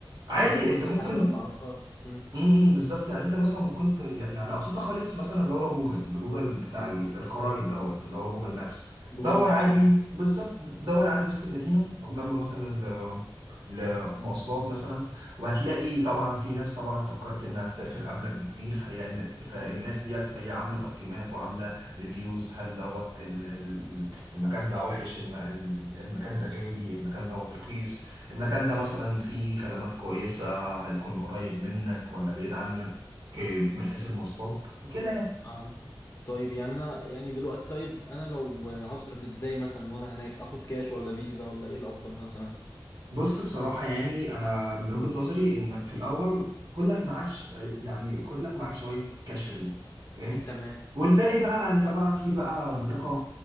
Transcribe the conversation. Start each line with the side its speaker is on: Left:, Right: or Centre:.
Right: عادي
Left: لان انا برضه
Right: انت ممكن
Left: رايح على بلد ما اعرفهاش مم.
Right: امم بالظبط يعني انت مثلا ما كنت يعني ابسطها خالص مثلا اللي هو جوجل جوجل بتاع
Left: مم.
Right: ال- الخرائط دوت اللي هو جوجل مابس
Left: جوجل
Right: دور
Left: مابس
Right: عادي
Left: اه
Right: بالظبط دور عادي وسط المدينه او جنب مثلا
Left: مم.
Right: ل- لمواصلات مثلا وهتلاقي طبعا في ناس طبعا فكرت انها تسافر قبلك بكتير فهي إن- فالناس
Left: مم.
Right: ديت فهي عامله تقييمات وعامله ريفيوز هل دوت ال- ال- المكان ده وحش الم- المكان ده غالي المكان دوت رخيص المكان ده مثلا فيه خدمات كويسة هيكون قريب منك ولا بعيد عنك من حيث المواصلات كده يعني
Left: فاهم طيب يعني انا يعني دلوقتي طيب انا لو هصرف ازاي مثلا وانا هناك اخد كاش ولا فيزا ولا ايه الافضل مثلا
Right: بص بصراحة يعني أنا من
Left: مم.
Right: وجهة نظري إنك في الأول خد لك معاش يعني خد لك معاك شوية كاش حلوين فاهم
Left: تمام
Right: والباقي بقى انت بقى في بقى بطاقة